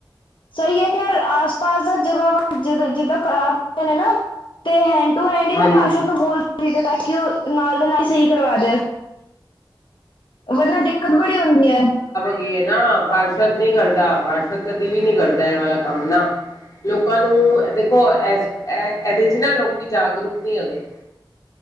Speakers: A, on the left; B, on the left.
A: ਸਹੀ ਹੈ ਖੈਰ ਆਸ ਪਾਸ ਦਾ ਜਗ੍ਹਾ ਵਾ ਜਦ ਜਿਦਾਂ ਖ਼ਰਾਬ ਹੋਈ ਨੇ ਨਾ ਤੇ ਹੈਂਡ ਟੂ ਹੈਂਡ ਹੀ
B: ਹਾਂਜੀ
A: ਨਾ ਪਾਰਸ਼ਦ ਨੂੰ ਬੋਲ ਦੇਈ ਦਾ ਕਿ ਉਹ ਨਾਲ ਦੇ ਨਾਲ ਸਹੀ ਕਰਵਾ ਦੇ। ਵਰਨਾ ਦਿੱਕਤ ਬੜੀ ਹੁੰਦੀ ਹੈ।
B: ਓਹ ਹੀ ਹੈ ਨਾ ਪਾਰਸ਼ਦ ਨੀ ਕਰਦਾ ਪਾਰਸ਼ਦ ਕਦੀ ਵੀ ਨੀ ਕਰਦਾ ਇਹ ਵਾਲਾ ਕੰਮ ਨਾ ਲੋਕਾਂ ਨੂੰ ਦੇਖੋ ਏਸ ਏ ਇਹਦੇ 'ਚ ਨਾ ਲੋਕੀ ਜਾਗਰੂਕ ਨਹੀ ਹੈਗੇ।